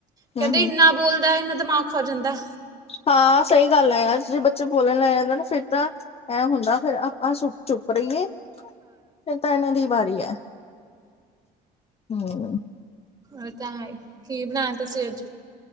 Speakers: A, on the right; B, on the left.
A: ਕਹਿੰਦੇ
B: ਹੂੰ ਹੂੰ
A: ਇੰਨਾ ਬੋਲਦਾ ਇਹਨਾ ਦਿਮਾਗ ਖਾ ਜਾਂਦਾ
B: ਹਾਂ ਸਹੀ ਗੱਲ ਹੈ ਯਾਰ, ਜੇ ਬੱਚੇ ਬੋਲਣ ਲੈ ਜਾਂਦੇ ਨਾ ਫਿਰ ਤਾਂ ਐ ਹੁੰਦਾ ਫਿਰ ਚੁੱਪ ਰਹੀ, ਫਿਰ ਤਾਂ ਇਹਨਾਂ ਦੀ ਵਾਰੀ ਹੈ ਹੂੰ
A: ਇਹ ਤਾਂ ਹੈ ਕੀ ਬਣਾਇਆ ਤੁਸੀਂ ਅੱਜ